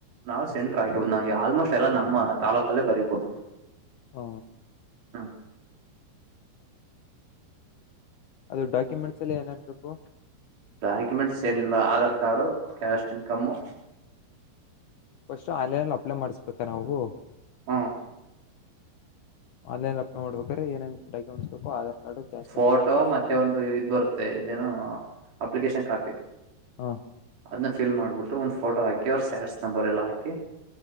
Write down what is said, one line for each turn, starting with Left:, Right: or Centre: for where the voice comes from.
Right: ನಾವು ಸೆಂಟ್ರ ಆಗಿಬಹದ್ ನಾವ ಆಲ್ಮೋಸ್ಟ್ ಎಲ್ಲ ನಮ್ಮ ತಾಾಲೂಕಲ್ಲೇ ಬರಿಬಹುದು
Left: ಹ
Right: ಹ್ಮ್
Left: ಅದು ಡಾಕ್ಯುಮೆಂಟ್ಸ್ ಎಲ್ಲಿ ಏನೇನ್ಬೇಕು.
Right: ಡಾಕಮೆಂಟ್ಸ್ ಏನಿಲ್ಲ Aadhaar card caste income
Left: first ಆನ್ಲೈನ್ಲ್ಲಿ ಅಪ್ಲೈ ಮಾಡಿಸ್ಬೇಕಾ ನಾವು
Right: ಹಾ
Left: ಆನ್ಲೈನ್ ಲಾಪ್ಟಾಪ್ ಮಾಡ್ಬೇಕ್ರೆ ಏನೇನ್ ಡಾಕ್ಯುಮೆಂಟ್ಸ್ ಬೇಕು Aadhaar card caste
Right: photo
Left: income
Right: ಮತ್ತೆ ಒಂದು ಇದ್ ಬರುತ್ತೆ ಇದೇನು ಅಪ್ಲಿಕೇಶನ್ ಕಾಪಿ
Left: ಹಾ
Right: ಅದನ್ನ ಫಿಲ್ ಮಾಡಬಟ್ಟ ಒಂದ್ ಫೋಟೋ ಹಾಕಿ್ರ ಸ್ಯಾಡ್ಸ್ ನಂಬರ್ ಎಲ್ಲ ಹಾಕಿ